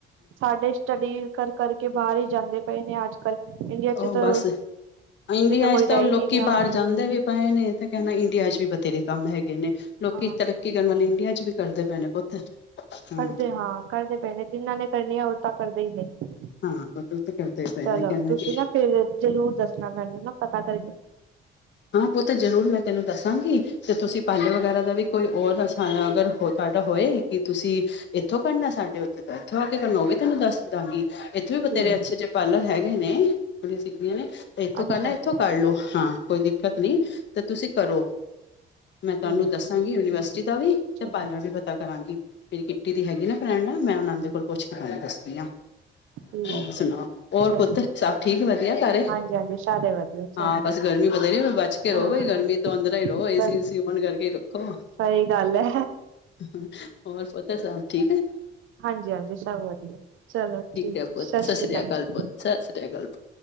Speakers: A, on the right; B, on the left.
A: ਸਾਡੇ ਸਟੱਡੀ ਕਰ ਕਰਕੇ, ਬਾਹਰ ਹੀ ਜਾਂਦੇ ਪਏ ਨੇ ਅੱਜ ਕੱਲ੍ਹ। ਇੰਡੀਆ ਚ
B: ਉਹ
A: ਤਾਂ
B: ਬਸ, ਇੰਡੀਆ
A: ਕੋਈ
B: 'ਚ
A: ਰਹਿ
B: ਤਾਂ ਲੋਕੀ
A: ਹੀ ਨਹੀਂ ਗਿਆ
B: ਬਾਹਰ
A: ਹੁਣ
B: ਜਾਂਦੇ ਵੀ ਪਏ ਨੇ ਮੈਂ ਕਹਿਣਾ, ਇੰਡੀਆ 'ਚ ਵੀ ਬਥੇਰੇ ਕੰਮ ਹੈਗੇ ਨੇ। ਲੋਕੀ,
A: ਹਾਂ
B: ਤਰੱਕੀ ਕਰਨ ਵਾਲੇ, ਇੰਡੀਆ ਚ ਵੀ ਕਰਦੇ ਪਏ ਨੇ, ਪੁੱਤ ਹੂੰ
A: ਕਰਦੇ ਹਾਂ ਕਰਦੇ ਪਏ ਨੇ, ਜਿਹਨਾਂ ਨੇ ਕਰਨੀ ਆ, ਉਹ ਤਾਂ ਕਰਦੇ ਹੀ ਪਏ ਨੇ
B: ਹਾਂ ਤੇ ਓਵੀ ਤੇ, ਕਰਦੇ ਪਏ
A: ਚਲੋ
B: ਕਹਿੰਣਾ
A: ਤੁਸੀਂ
B: ਕਿ
A: ਨਾ ਫਿਰ ਜ਼ਰੂਰ ਦੱਸਣਾ ਮੈਨੂੰ ਨਾ, ਪਤਾ ਕਰਕੇ
B: ਹਾਂ, ਪੁਤ ਜ਼ਰੂਰ ਮੈਂ ਤੈਨੂੰ, ਦੱਸਾਂਗੀ ਤੇ ਤੁਸੀਂ, ਪਾਰਲਰ ਵਗੈਰਾ ਦਾ ਵੀ, ਕੋਈ ਔਰ ਦਾ ਸਹਾਰਾ ਅਗਰ ਤਾਡਾ ਹੋਏ ਕਿ ਤੁਸੀਂ ਇੱਥੋਂ ਪੜਨਾਂ ਸਾਡੇ ਉੱਥੇ ਤਾਂ, ਇੱਥੋਂ ਆ ਕੇ ਕਰਨਾ ਮੈ ਉਹ ਵੀ, ਤੈਨੂੰ ਦੱਸ ਦਾਂਗੀ ਸਾਡੇ, ਇੱਥੇ ਵੀ
A: ਠੀਕ
B: ਬਥੇਰੇ ਅੱਛੇ -ਅੱਛੇ ਪਾਰਲਰ ਹੈਗੇ ਨੇ ਕੁੜੀਆਂ ਸਿੱਖਦੀਆਂ ਨੇ, ਇੱਥੋਂ
A: ਅੱਛਾ
B: ਕਰਨਾ
A: ਅੱਛਾ
B: ਇੱਥੋਂ, ਕਰ ਲੋ ਹਾਂ ਕੋਈ ਦਿੱਕਤ ਨਈ, ਤੇ ਤੁਸੀਂ ਕਰੋ ਮੈਂ ਤੁਹਾਨੂੰ
A: ਠੀਕ
B: ਦੱਸਾਂਗੀ,
A: ਹੈ ਚਲੋ
B: ਯੂਨੀਵਰਸਿਟੀ ਦਾ ਵੀ,
A: ਚਲੋ
B: ਤੇ ਪਾਰਲਰ ਵੀ ਪਤਾ ਕਰਾਂਗੀ ਮੇਰੀ ਕਿੱਟੀ ਦੀ ਹੈਗੀ ਨਾ ਫਰੈਂਡ, ਮੈਂ ਉਹਨਾਂ ਦੇ ਕੋਲ ਪੁੱਛ ਕੇ, ਫਿਰ ਦੱਸਦੀ ਆ
A: ਠੀਕ
B: ਹੋਰ ਸੁਣਾ,
A: ਹੈ
B: ਹੋਰ
A: ਚਲੋ
B: ਪੁੱਤ ਸਭ ਠੀਕ ਵਧੀਆ, ਸਾਰੇ
A: ਹਾਂਜੀ ਹਾਂਜੀ ਸਾਰੇ ਵਧੀਆ
B: ਹਾਂ
A: ਚਲੋ
B: ਬਸ। ਗਰਮੀ ਵਧ ਰਹੀ, ਬਚ ਕੇ ਰਹੋ,
A: ਹਾਂ
B: ਏ ਗਰਮੀ ਤੋਂ ਅੰਦਰੇ ਈ ਰਹੋ, ਏਸੀ
A: ਬਸ
B: -ਉਸੀ ਓਨ ਕਰਕੇ ਹੀ ਰੱਖੋ
A: ਸਹੀ ਗੱਲ ਹੈ
B: ਹੋਰ ਪੁੱਤ, ਸਭ ਠੀਕ ਨੇ
A: ਹਾਂਜੀ -ਹਾਂਜੀ ਸਭ ਵਧੀਆ ਚਲੋ ਠੀਕ,
B: ਹੈ ਪੁੱਤ
A: ਸਤਿ ਸ਼੍ਰੀ ਅਕਾਲ ਜੀ।
B: ਸਤਿ ਸ਼੍ਰੀ ਅਕਾਲ, ਪੁੱਤ।